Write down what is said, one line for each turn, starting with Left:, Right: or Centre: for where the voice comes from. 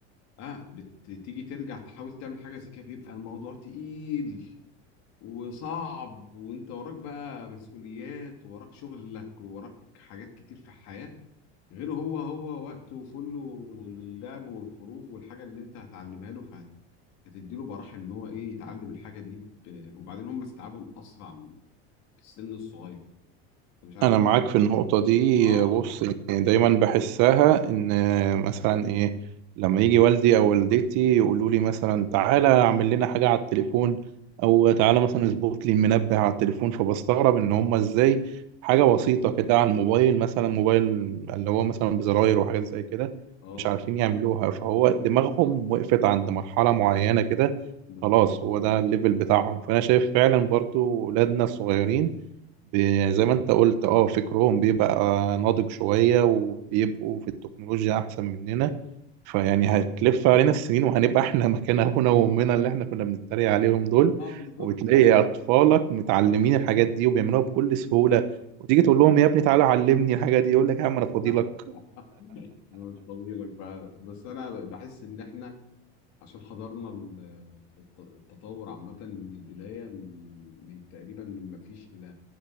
Left: اه بتيجي ترجع تحاول تعمل حاجه زي كده بيبقى الموضوع تقيل وصعب وانت وراك بقى مسؤوليات وراك شغلك وراك حاجات كتير في الحياه غير هو هو وقته كله للعب والخروج والحاجه اللي انت هتعلمها له فهتديله براح ان هو ايه يتعلم الحاجه دي ب... وبعدين هم استيعابهم اسرع من- في السن الصغير أنا مش عارف
Right: انا معاك في النقطه دي
Left: اه
Right: بص يعني دايما بحسها ان مثلا ايه لما يجي والدي او والدتي يقولوا لي مثلا تعالى اعمل لنا حاجه على التليفون او تعالى مثلا اظبط لي المنبه على التليفون فبستغرب ان هم ازاي حاجه بسيطه كده على الموبايل مثلا موبايل اللي هو مثلا بزراير وحاجات زي كده
Left: اه
Right: مش عارفين يعملوها فهو
Left: مم،
Right: دماغهم وقفت عند مرحله معينه كده
Left: بالظبط
Right: خلاص هو ده الليفل بتاعهم فانا شايف فعلا برضو ولادنا الصغيرين بي- زي ما انت قلت اه فكرهم بيبقى ناضج شوية وبيبقوا في التكنولوجيا احسن مننا فيعني هتلف علينا السنين وهنبقى احنا <laughs> مكان ابونا وامنا اللي احنا كنا بنتريق عليهم دول
Left: اه بالظبط
Right: وتلاقي اطفالك متعلمين الحاجات دي وبيعملوها بكل سهولة وتيجي تقول لهم يا ابني تعالى علمني الحاجة دي يقول لك يا عم انا فاضيلك
Left: <laughs> مش طويلة فعلا بس انا بحس ان احنا عشان حضرنا ال- الت- التطور عامة من البداية من من تقريبا من ما فيش الى